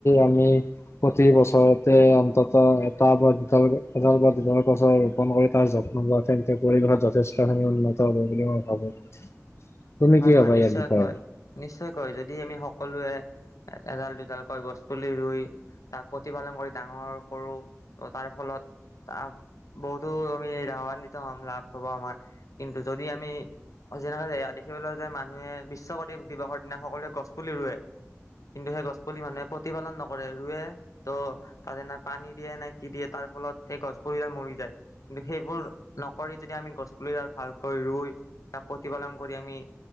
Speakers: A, on the left (about 55°); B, on the left (about 85°).
A: আমি প্ৰতি বছৰতে অন্তত এটা বা দুটা লৈকে এদাল বা দুটা বছৰে ৰুপন কৰি তাৰ যত্ন লোৱা তেন্তে পৰিৱেশত যথেষ্টখিনি উন্নত হ'ব বুলি মই ভাবো। তুমি
B: হয়
A: কি ভাবা
B: হয় নিশ্চয়কৈ
A: ইয়াৰ বিষয়ে?
B: নিশ্চয়কৈ যদি আমি সকলোৱে এ-এডাল দুডাল কৈ গছ পুলি ৰুই তাক প্ৰতি পালন কৰি ডাঙৰ কৰো ত' তাৰে ফলত তাপ বহুতো আমি লাভান্বিত হ'ম লাভ হ'ব আমাৰ কিন্তু যদি আমি অ যেনেদৰে দেখিবলৈ যায় মানুহে বিশ্ব পৰিৱেশ দিৱসৰ দিনা সকলোৱে গছ পুলি ৰুৱে। কিন্তু সেই গছ পুলি মানুহে প্ৰতিপালন নকৰে ৰুৱে ত' তাতে না পানী দিয়ে না কি দিয়ে তাৰ ফলত সেই গছ পুলিয়ে মৰি যায়। কিন্তু সেইবোৰ নকৰি যদি আমি গছ পুলি ডাল ভালকৈ ৰুই তাক প্ৰতিপালন কৰি আমি